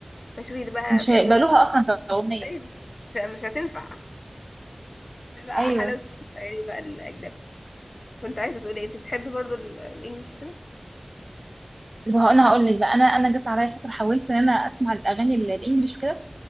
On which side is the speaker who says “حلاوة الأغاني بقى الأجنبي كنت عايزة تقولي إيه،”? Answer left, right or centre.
Left